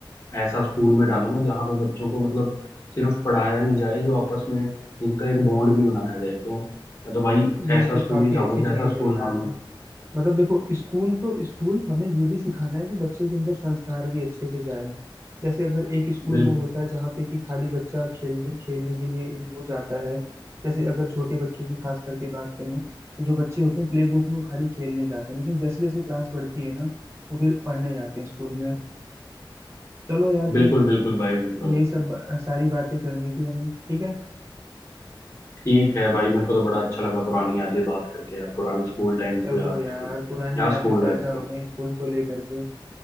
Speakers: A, on the left; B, on the right.
A: ऐसा स्कूल में डालूंगा जहाँ पे बच्चों को मतलब सिर्फ पढ़ाया नहीं जाए जो आपस में जिनका एक बॉन्ड भी बनाया जाए तो मैं तो भाई
B: ये
A: ऐसा
B: तो
A: स्कूल
B: काफी
A: ही जाऊंगा
B: अच्छी चीज
A: जैसा स्कूल
B: है यार
A: हमने
B: मतलब देखो स्कूल तो स्कूल हमें ये भी सिखाना है कि बच्चे के अंदर संस्कार भी अच्छे से जाए जैसे अगर एक स्कूल
A: बिल,
B: वो होता है जहाँ पे कि खाली बच्चा खेलने खेलने के लिए इन- वो जाता है जैसे अगर छोटे बच्चों की खास करके बात करें तो जो बच्चे होते हैं प्ले ग्रुप में वो खाली खेलने जाते हैं लेकिन जैसे जैसे क्लास बढ़ती है ना वो फिर पढ़ने जाते हैं स्कूल में चलो यार फिर
A: बिल्कुल बिल्कुल भाई बिल्कुल
B: यही सब बा- सारी बातें करनी थी हमें ठीक है
A: ठीक है भाई मेरे को तो बड़ा अच्छा लगा पुरानी यादें बात करके यार पुराने स्कूल टाइम
B: चलो
A: को याद
B: यार
A: करके क्या
B: पुरानी यादें
A: स्कूल
B: ताजा
A: लाइफ
B: हो
A: थी
B: गई स्कूल को लेकर के